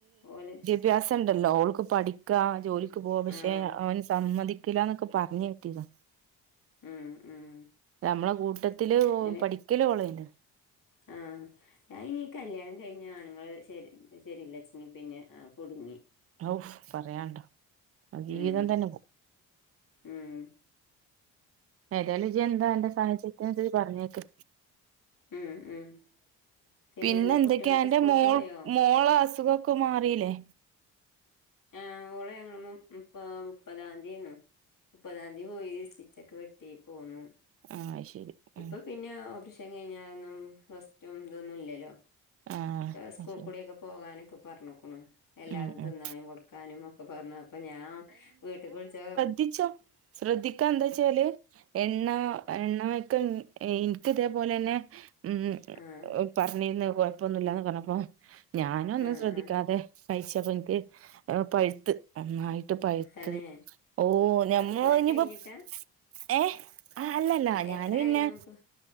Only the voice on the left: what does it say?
ഓല്
ആഹ്
ഉം ഉം
അതെ
ആഹ് അയീ കല്യാണം കഴിഞ്ഞ ആണുങ്ങള് ശരി ശെരില്ലച്ചെങ്കി പിന്നെ കുടുങ്ങി.
ഉം
ഉം
ഉം ഉം പിന്നെന്താ
കുട്ടികളൊക്കെ
സ്കൂളിൽ
പോയോ
ആഹ് ഓളെ ഞങ്ങള് മു മുപ്പാ മുപ്പതാംതിയേന്നു മുപ്പതാം തി പോയി സ്റ്റിച്ചൊക്കെ വെട്ടി പോന്നു.
ഇപ്പൊ പിന്നെ ഓപ്പറേഷൻ കഴിഞ്ഞാലൊന്നും റസ്റ്റും ഇതൊന്നുംല്ലല്ലോ
ക്കെ സ്കൂൾ
കൂടെക്കെ പോവാനൊക്കെ പർഞ്ഞുക്കുണു. എല്ലാതും
തിന്നാനും
കൊടുക്കാനും ഒക്കെ പർഞ്ഞ് അപ്പൊ ഞാൻ വീട്ട്ക്ക്‌ വിൾച്ചാ
ആഹ്
ആഹ്
ആഹ്
തന്നെ
കൊറെ
കഴിഞ്ഞിട്ടാ
എത്രയായിരുന്നു
ഇപ്പൊ